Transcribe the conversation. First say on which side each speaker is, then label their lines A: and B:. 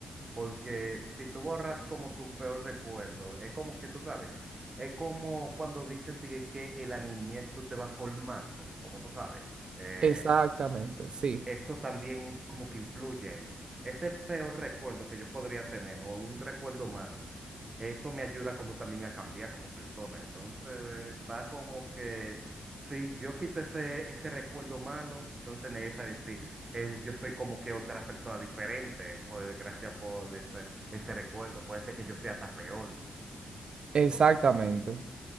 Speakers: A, on the right; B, on the right.
A: Porque si tú borras como tu peor recuerdo, es como que tú sabes, es como cuando dicen tigre, que en la niñez tú te vas formando, como tú sabes. Eh,
B: Exactamente, sí,
A: eso también como que influye ahí. Ese peor recuerdo que yo podría tener o un recuerdo malo, eso me ayuda como también a cambiar como persona. Entonces va como que si yo quito ese, ese recuerdo malo, entonces nadie sabe si eh, yo soy como que otra persona diferente, pues gracias por ese, ese recuerdo. Puede ser que yo sea hasta peor.
B: exactamente.
A: Entonces,